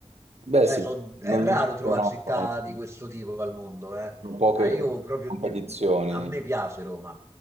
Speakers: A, on the right; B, on the right.
A: Beh,
B: Cioè,
A: sì,
B: so-
A: non
B: è raro
A: non ci
B: trovare
A: sono,
B: città
A: eh,
B: di
A: sì,
B: questo tipo al mondo, eh.
A: sono poche
B: Ah, io
A: co-
B: proprio
A: competizioni.
B: di- a me piace Roma.